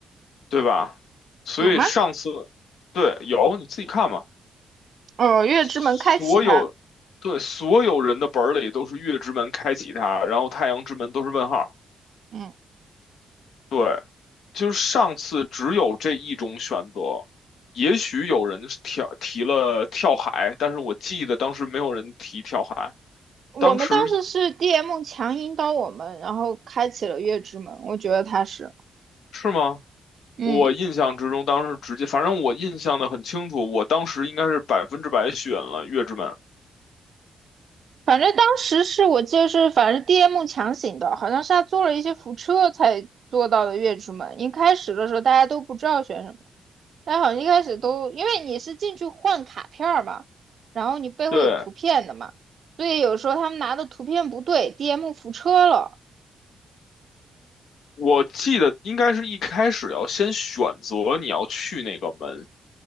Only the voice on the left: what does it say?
对吧？所以上次，
对，有你自己看嘛，
所有，对，所有人的本儿里都是月之门开启它，然后太阳之门都是问号。
对，就是上次只有这一种选择。也许有人跳提了跳海，但是我记得当时没有人提跳海。
当时
是吗？
我印象之中，当时直接，反正我印象的很清楚，我当时应该是百分之百选了月之门。
对，
我记得应该是一开始要先选择你要去哪个门，